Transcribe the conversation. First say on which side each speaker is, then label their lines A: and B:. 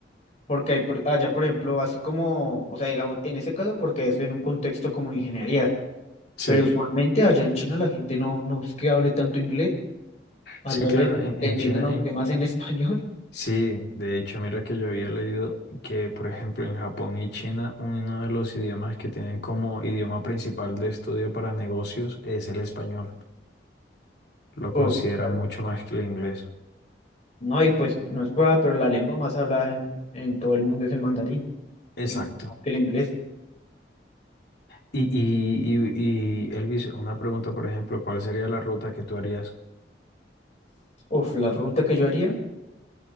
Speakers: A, on the left; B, on the left.
A: porque hay, por- allá, por ejemplo, así como, o sea, digamos, en ese caso, porque es en un contexto como ingeniería,
B: Sí.
A: pero usualmente allá en China la gente no, no es que hable tanto inglés, al
B: Sí,
A: revés,
B: claro, en,
A: te
B: en
A: entienden
B: China,
A: a
B: en...
A: usted más en <laughs> español.
B: sí, de hecho, mira que yo había leído que, por ejemplo, en Japón y China, uno de los idiomas que tienen como idioma principal de estudio para negocios es el español. Lo consideran
A: Uf, claro.
B: mucho más que el inglés.
A: No, y pues no es prueba, pero la lengua más hablada en, en todo el mundo es el mandarín,
B: Exacto.
A: y el inglés.
B: Y, y, y, y, Elvis, una pregunta, por ejemplo, ¿cuál sería la ruta que tú harías?
A: Uf, la ruta que yo haría.